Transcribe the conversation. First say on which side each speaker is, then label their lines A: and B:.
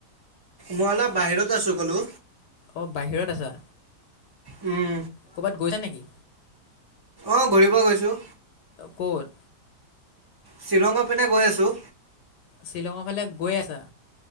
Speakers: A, on the right; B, on the left.
A: মই অলপ বাহিৰত আছো ক'লো।
B: অ, বাহিৰত আছা।
A: উম।
B: কবাত গৈছা নিকি?
A: আহ ঘূৰিব গৈছো।
B: ক'ত?
A: শ্বিলঙৰ পিনে গৈ আছো।
B: শ্বিলঙৰ ফালে গৈ আছা?